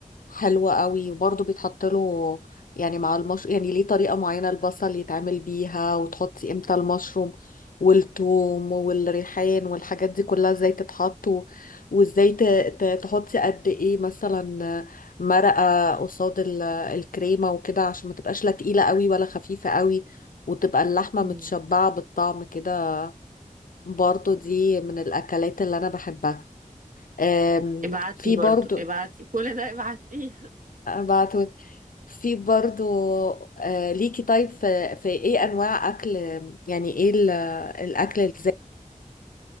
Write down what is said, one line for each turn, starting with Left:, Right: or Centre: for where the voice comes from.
Left: حلوة قوي وبرضه بيتحط له يعني مع المشروم يعني ليه طريقة معينة البصل يتعمل بيها وتحطي امتى المشروم والثوم والريحان والحاجات دي كلها ازاي تتحط و- وازاي ت- ت- تحطي قد ايه مثلا مرقة قصاد ال- الكريمة وكده عشان ما تبقاش لا تقيلة قوي ولا خفيفة قوي وتبقى اللحمة
Right: امم
Left: متشبعة بالطعم كده برضه دي من الأكلات اللي أنا بحبها أم،
Right: ابعتي
Left: في
Right: برضو
Left: برضه
Right: ابعتي كل ده ابعتيه
Left: ابعته في برضو آه، ليكي طيب في, في ايه انواع اكل يعني ايه ال- الاكل الزي